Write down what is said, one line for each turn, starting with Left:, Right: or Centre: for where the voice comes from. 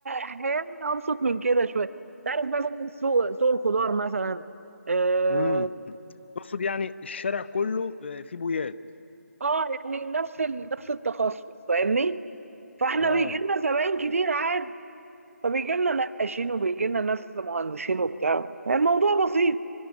Right: حياتنا ابسط من كده شويه تعرف مثلا سوق سوق الخضار مثلا اه
Left: امم تقصد يعني الشارع كله آه، فيه بويات
Right: آه، يعني نفس ال... نفس التخصص فاهمني فاحنا
Left: اه
Right: بيجي لنا زباين كتير عادي فبيجي لنا نقاشين وبيجي لنا ناس مهندسين وبتاع يعني الموضوع بسيط